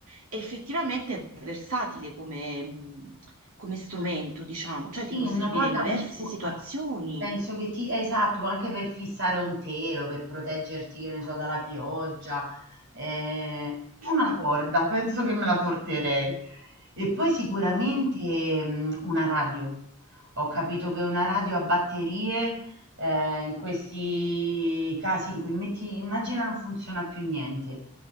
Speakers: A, on the right; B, on the right.
A: effettivamente è versatile come, come strumento, diciamo, cioè
B: Sì,
A: ti può
B: una
A: servire
B: corda
A: in diverse
B: un u
A: situazioni.
B: a penso che ti esatto, anche per fissare un telo, per proteggerti, che ne so, dalla pioggia, ehm, una
A: Cioè,
B: corda, penso che me la porterei. E poi sicuramente,
A: oh,
B: mhmm, una radio. Ho capito che una radio a batterie, ehm, in questi casi in cui metti immagina non funziona più niente,